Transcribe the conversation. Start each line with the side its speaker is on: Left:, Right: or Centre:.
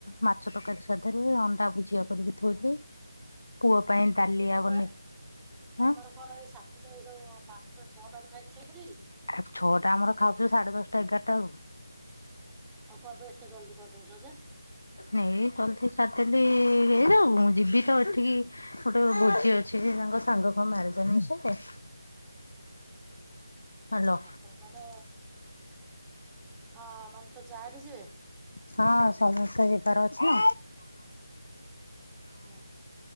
Left: ମାଛ ତରକାରୀ ସାରଦେଲି ଅଣ୍ଡା ଭୁଜିଆ କରିକି ଥୋଇଲି। ପୁଅ। ପାଇଁ ଦାଲିଆ
Centre: କି ତମର
Left: ବନେଇ
Centre: ତମର
Left: ହଁ
Centre: କଣ ଏଇ ସାତଟା ଏଇ ସଉ ପାଞ୍ଚଟା ଛଅଟା ରୁ ଖାଇକି ଶୋଇପଡ଼ିବେ କି?
Left: ଆଉ ଛଅଟା ଆମର ଖାଉଛୁ ସାଢେ ଦଶଟା ଏଗାରଟା ବେଳକୁ
Centre: ଆଉ କଣ ପାଇଁ ଏତେ ଜଲଦି କରିଦଉଛ ଯେ?
Left: ଏଇ ଜଦି ସାରିଦେଲି ହେଇଯାଉ ମୁଁ ଯିବି ତ ଏଠିକି ଗୋଟେ ଭୋଜି ଅଛି ହେଯାଉ ସାଙ୍ଗ କଣ ମ୍ୟାରେଜ୍‌ ଆନିଭର୍ସରୀ। ହ୍ୟାଲୋ
Centre: ଓହୋ ମାନେ ହଁ ମାନେ ତୋ ଯା ବି ଯିବେ?
Left: ହଁ ସମସ୍ତେ ଯିବାର ଅଛି ନା?
Centre: ହୁଁ